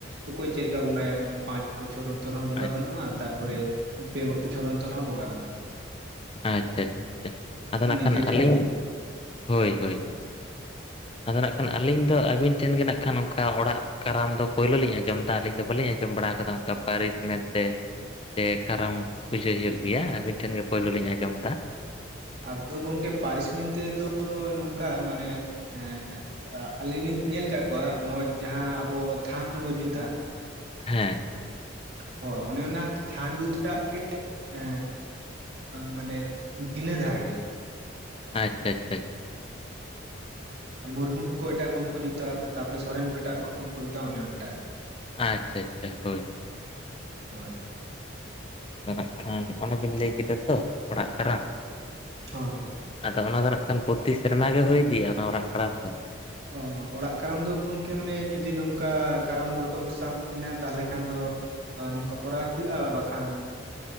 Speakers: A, on the right (about 55°); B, on the left (about 30°).
A: ᱚᱠᱚᱭ ᱪᱮᱫ ᱞᱮᱠᱟ ᱵᱚᱸᱜᱟᱭ ᱢᱟᱱᱮ ᱯᱟᱸᱪ ᱵᱚᱪᱷᱚᱨ ᱩᱛᱚᱨ ᱦᱚᱸ
B: ᱟᱪᱪᱷᱟ
A: ᱵᱚᱸᱜᱟ <inaudible> ᱾ ᱛᱟᱨᱯᱚᱨᱮ ᱯᱮ ᱵᱚᱪᱷᱚᱨ ᱚᱱᱛᱚᱨ ᱦᱚᱸ ᱵᱚᱸᱜᱟ ᱜᱟᱱᱚᱜᱼᱟ ᱚᱱᱟ ᱫᱚ᱾
B: ᱟᱪᱪᱷᱟ ᱟᱪᱪᱷᱟ ᱪᱷᱟ ᱟᱫᱚ ᱱᱟᱜ
A: ᱱᱤᱡᱮ
B: ᱠᱷᱟᱱ
A: ᱴᱷᱮᱱ
B: ᱟᱹᱞᱤᱧ
A: ᱜᱮ
B: ᱦᱳᱭ ᱦᱳᱭ ᱟᱫᱚ ᱱᱟᱜ ᱠᱷᱟᱱ ᱟᱹᱞᱤᱧ ᱫᱚ ᱟᱹᱵᱤᱱ ᱴᱷᱮᱱ ᱜᱮ ᱱᱟᱜ ᱠᱷᱟᱱ ᱚᱱᱠᱟ ᱚᱲᱟᱜ ᱠᱟᱨᱟᱢ ᱫᱚ ᱯᱳᱭᱞᱳ ᱞᱤᱧ ᱟᱸᱡᱚᱢ ᱮᱫᱟ ᱟᱹᱞᱤᱧ ᱫᱚ ᱵᱟᱹᱞᱤᱧ ᱟᱸᱡᱚᱢ ᱵᱟᱲᱟ ᱠᱟᱫᱟ ᱚᱱᱠᱟ ᱯᱟᱹᱨᱤᱥ ᱢᱮᱱᱛᱮ ᱡᱮ ᱠᱟᱨᱟᱢ
A: ᱟᱪᱪᱷᱟ
B: ᱯᱩᱡᱟᱹ ᱦᱩᱭᱩᱜ ᱜᱮᱭᱟ ᱟᱹᱵᱤᱱ ᱴᱷᱮᱱᱜ ᱯᱳᱭᱞᱳ ᱞᱤᱧ ᱟᱸᱡᱚᱢ ᱮᱫᱟ᱾
A: ᱟᱫᱚ ᱜᱚᱝᱠᱮ ᱯᱟᱹᱨᱤᱥ ᱢᱮᱱ ᱛᱮᱫᱚ ᱱᱚᱝᱠᱟ ᱢᱟᱱᱮ ᱮᱸ ᱟᱹᱞᱤᱧ ᱞᱤᱧ ᱧᱮᱞ ᱟᱠᱟᱫ ᱠᱚᱣᱟ ᱱᱚᱣᱟ ᱡᱟᱦᱟᱸ ᱟᱵᱚ ᱛᱷᱟᱱ ᱵᱚ ᱡᱩᱛᱟ,
B: ᱦᱮᱸ
A: ᱦᱳᱭ ᱚᱱᱮ ᱚᱱᱟ ᱛᱷᱟᱱ ᱡᱩᱛᱴᱟᱜ ᱜᱮ ᱮ ᱢᱟᱱᱮ ᱵᱷᱤᱱᱟᱹ ᱫᱷᱟᱨ ᱜᱮᱭᱟ
B: ᱟᱪᱪᱷᱟ ᱪᱷᱟ ᱪᱷᱟ
A: ᱢᱩᱨᱢᱩ ᱠᱚ ᱮᱴᱟᱜ ᱨᱚᱠᱚᱢ ᱠᱚ ᱡᱩᱛᱟ ᱛᱟᱯᱚᱨᱮ ᱥᱚᱨᱮᱱ ᱠᱚ ᱮᱴᱟᱜ ᱨᱚᱠᱚᱢ ᱠᱚ ᱡᱩᱛᱟ ᱚᱱᱮ ᱚᱱᱟᱴᱟᱜ ᱾
B: ᱟᱪᱪᱷᱟ ᱟᱪᱪᱷᱟ ᱦᱳᱭ᱾ ᱦᱳᱭ
A: ᱦᱳᱭ᱾
B: ᱱᱟᱜ ᱠᱷᱟᱱ ᱚᱱᱟᱵᱤᱱ ᱞᱟᱹᱭ ᱠᱮᱫᱟ ᱛᱚ ᱚᱲᱟᱜ ᱠᱟᱨᱟᱢ᱾
A: ᱦᱚᱸ
B: ᱟᱫᱚ ᱚᱱᱟ ᱫᱚ ᱱᱟᱜ ᱠᱷᱟᱱ ᱯᱚᱛᱤ ᱥᱮᱨᱢᱟ ᱜᱮ ᱦᱩᱭ ᱤᱫᱤᱜ-ᱟ ᱚᱱᱟ ᱚᱨᱟᱜ ᱠᱟᱨᱟᱢ ᱫᱚ᱾
A: ᱚᱻ ᱚᱲᱟᱜ ᱠᱟᱨᱟᱢ ᱫᱚ ᱜᱚᱢᱠᱮ ᱢᱟᱱᱮ ᱡᱩᱫᱤ ᱱᱚᱝᱠᱟ ᱠᱟᱨᱟᱢ ᱵᱚᱸᱜᱟ ᱠᱚ ᱥᱟᱵ ᱮᱱᱟ ᱛᱟᱦᱞᱮ ᱠᱷᱟᱱ ᱫᱚᱼᱼ ᱱᱚᱝᱠᱟ ᱠᱚᱨᱟᱣ ᱦᱤᱭᱩᱜ-ᱟ ᱵᱟᱠᱷᱟᱱᱼᱼ